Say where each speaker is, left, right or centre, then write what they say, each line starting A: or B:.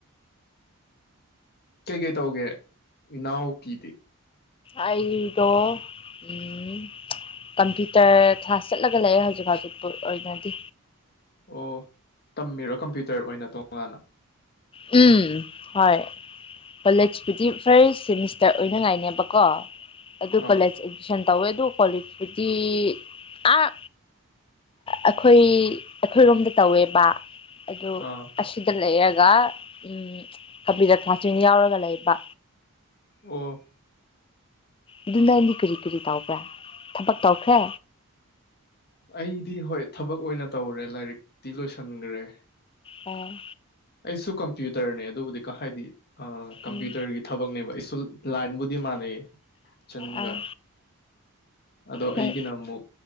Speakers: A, on the left; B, on the left.
A: ꯀꯩ ꯀꯩ ꯇꯧꯒꯦ ꯏꯅꯥꯎꯄꯤꯗꯤ
B: ꯑꯩꯗꯣ ꯎꯝ ꯀꯝꯄ꯭ꯌꯨꯇꯔ ꯀ꯭ꯂꯥꯁ ꯆꯠꯂꯒ ꯂꯩꯔꯦ ꯍꯧꯖꯤꯛ-ꯍꯧꯖꯤꯛ ꯄꯨ ꯑꯣꯏꯅꯗꯤ
A: ꯑꯣ ꯇꯝꯃꯤꯔꯣ ꯀꯝꯄ꯭ꯌꯨꯇꯔ ꯑꯣꯏꯅ ꯇꯣꯡꯉꯥꯟꯅ
B: ꯎꯝ ꯍꯣꯏ꯫ ꯀꯣꯂꯦꯖꯄꯨꯗꯤ ꯐꯥꯔꯁ ꯁꯦꯃꯤꯁꯇꯔ ꯑꯣꯏꯅꯉꯥꯏꯅꯦꯕꯀꯣ ꯑꯗꯨ
A: ꯑꯥ
B: ꯀꯣꯂꯦꯖ ꯇꯨꯏꯁꯟ ꯇꯧꯋꯦ ꯑꯗꯨ ꯀꯣꯂꯦꯖꯇꯨꯗꯤ ꯑꯥ꯫ ꯑꯩꯈꯣꯏ ꯑꯩꯈꯣꯏꯔꯣꯝꯗ ꯇꯧꯋꯦꯕ ꯑꯗꯨ
A: ꯑꯥ
B: ꯑꯁꯤꯗ ꯂꯩꯔꯒ ꯎꯝ ꯀꯝꯄ꯭ꯌꯨꯇꯔ ꯀꯥꯆꯤꯡ ꯌꯥꯎꯔꯒ ꯂꯩꯕ꯫
A: ꯑꯣ
B: ꯑꯗꯨ ꯅꯪꯗꯤ ꯀꯔꯤ-ꯀꯔꯤ ꯇꯧꯕ꯭ꯔꯥ ꯊꯕꯛ ꯇꯧꯈ꯭ꯔꯦ
A: ꯑꯩꯗꯤ ꯍꯣꯏ ꯊꯕꯛ ꯑꯣꯏꯅ ꯇꯧꯔꯦ ꯂꯥꯏꯔꯤꯛꯇꯤ ꯂꯣꯏꯁꯟꯈ꯭ꯔꯦ
B: ꯑꯣ꯫
A: ꯑꯩꯁꯨ ꯀꯝꯄ꯭ꯌꯨꯇꯔꯅꯦ ꯑꯗꯨꯕꯨꯗꯤ ꯀ ꯍꯥꯏꯗꯤ ꯑ ꯀꯝꯄ꯭ꯌꯨꯇꯔꯒꯤ꯫
B: ꯎꯝ
A: ꯊꯕꯛꯅꯦꯕ ꯑꯩꯁꯨ ꯂꯥꯏꯟꯕꯨꯗꯤ ꯃꯥꯟꯅꯩꯌꯦ꯫ ꯆꯟꯒ
B: ꯑꯥ
A: ꯑꯗꯣ
B: ꯍꯣꯏ
A: ꯑꯩꯒꯤꯅ ꯑꯃꯨꯛ